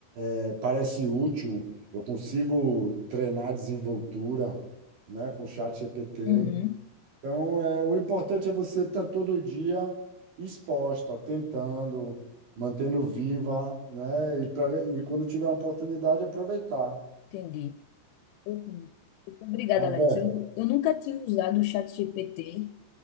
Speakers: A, on the right; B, on the left.
A: é, Parece útil, eu consigo treinar desenvoltura, né, com o chat GPT.
B: Uhum,
A: Então, é, o importante é você estar todo dia exposta, tentando, mantendo viva, né? E, pra, e quando tiver a oportunidade, aproveitar.
B: entendi. Uhum. Obrigada,
A: A ver-
B: Alex. Eu, eu nunca tinha usado o ChatGPT